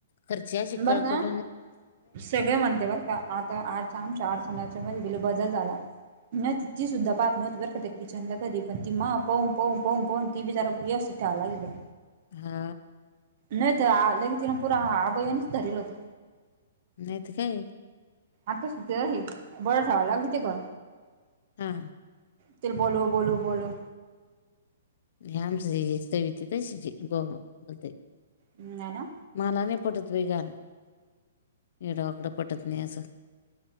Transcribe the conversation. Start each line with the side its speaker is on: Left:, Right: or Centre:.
Left: घरचे आसे
Right: बरं
Left: कळ
Right: का
Left: करून
Right: सगळे म्हणते बर का आता आता आमच्या आर्चनाच्या मध्ये बी बदल झाला. नाहीतर ती सुद्धा पाहत नव्हती बरका त्या किचनला कधी पण ती माह पाहून पाहून पाहून पाहून ती बी जरा यवस्थित त्या लागली बाई.
Left: हा
Right: नाहितर आ लगेच तिने पूरा अभयाणीच धरेल होत.
Left: नाही तर काय.
Right: आता सुद्धा हे बळ ठेवाय लागली होती ग.
Left: हा
Right: तिला बोलव बोलव बोलव.
Left: हे आमच हे सविती तशीचये बो बो बोलतंय.
Right: हम हाय ना.
Left: माला नाय पटत बाई घाण. येडं वाकड पटत नाय असं.